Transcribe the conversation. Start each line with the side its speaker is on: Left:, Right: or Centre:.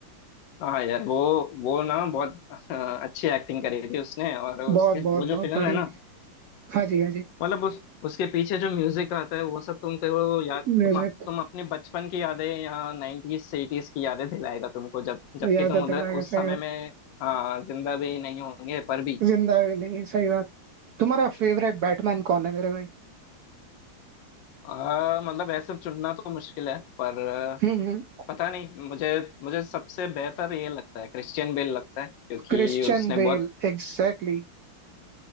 Left: हाँ यार वो वो ना बहुत अ, अच्छी एक्टिंग करी थी उसने और उसके
Right: बहुत बहुत
Left: वो
Right: बहुत
Left: जो फिल्म
Right: बड़ी
Left: है ना
Right: हाँ जी हाँ जी
Left: मतलब उस उसके पीछे जो म्यूजिक आता है वो सब तुम कहो याद
Right: म्यूजिक
Left: तुम अप, तुम अपने बचपन की यादें या नाइन्टीज से 80s की यादें दिलाएगा तुमको जब जबकि
Right: याद
Left: तुम
Right: है
Left: उधर
Right: तेरा कैसा
Left: उस समय
Right: है
Left: में हाँ जिंदा भी नहीं होंगे पर भी
Right: जिंदा भी नहीं सही बात तुम्हारा फेवरेट बैटमैन कौन है मेरे भाई
Left: आ, मतलब ऐसे चुनना तो मुश्किल है पर आ,
Right: हम्म हम्म
Left: पता नहीं मुझे मुझे सबसे बेहतर ये लगता है क्रिश्चियन बेल लगता है क्योंकि
Right: क्रिश्चियन
Left: उसने बहुत
Right: बेल एग्जैक्टली